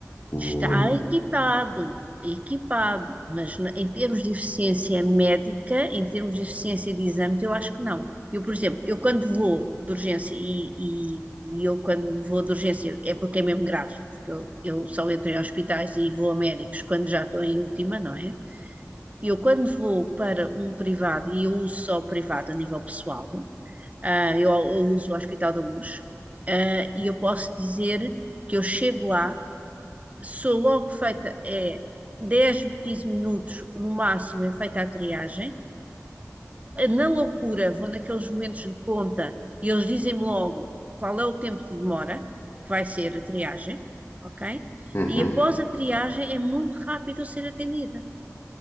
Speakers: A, on the left; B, on the right.
A: O,
B: Está equipado, equipado, mas na- em termos de eficiência médica, em termos de eficiência de exames, eu acho que não. Eu, por exemplo, eu quando vou de urgência, e, e- e eu quando vou de urgência é porque é mesmo grave, porque eu, eu só entro em hospitais e vou a médicos quando já estou em última, não é? E Eu quando vou para um privado, e eu uso só o privado a nível pessoal, ah, eu, eu uso o Hospital da Luz, ah, e eu posso dizer que eu chego lá sou logo feita, é 10, 15 minutos no máximo, é feita a triagem. Na loucura, vou naqueles momentos de ponta e eles dizem-me logo qual é o tempo de demora, que vai ser a triagem, ok?
A: eh, uhum,
B: E após a triagem é muito rápido eu ser atendida.